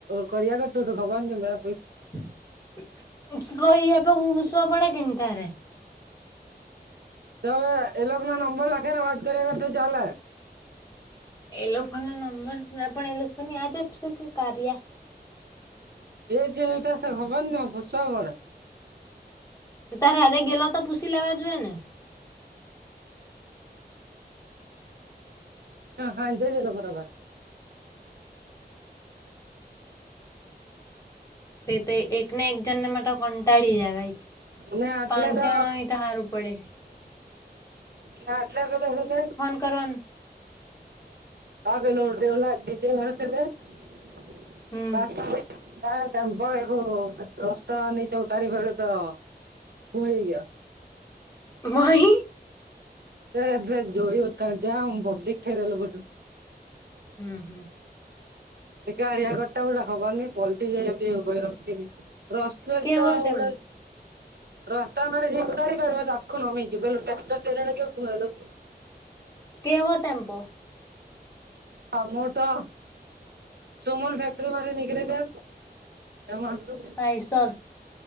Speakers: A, on the right (about 75°); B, on the left (about 20°).
A: કર્યા કર ટોટું ખવાનું કે
B: કહી એ પુશ પડા કે તારે.
A: તવે એ લોકોના નંબર લખે ને વાત કરીગ તો ચાલે.
B: એ લોકોનો નંબર આપ પણ એ લોકો ને આજ આપશે કે કાર્યા?
A: <unintelligible>
B: તારા હાથે ગેલો તો પૂછી લેવા જોઈએ ને.
A: હા ખાંત છે લોકોખરોખત
B: તે તો એક ને એક જન નાને માટે કંટાળી જાવાય
A: ને આટલે
B: પાંચ
A: તો
B: જણ એ હારુ પડે
A: ના આટલે બલે હવે
B: કારણ
A: બાેલો દેવ લજ ઘ સાર શંભ
B: હમ
A: એવું રત હનીચ ઉઠારી વેળું તો હુઈ ગ્યો
B: વહી
A: એસસ જોયું ત જ પબજેક થઠરેલું બધું
B: હમ હમ
A: એ ગાળિયા કટા પલા ખબરની પલ્ટટી જાય એું કોહી રખ રસ તો આવડ
B: કેવો ટેમ
A: રસ્તા મ જેુંઢ પાર તખ નમેીકી બલ ટ્રાક્ટરર કેવુંલું
B: કેવો ટેમ્પો
A: હ મોટો સુમુલ ફેક્ટરી માંથી નીકળે તે એ
B: પૈસો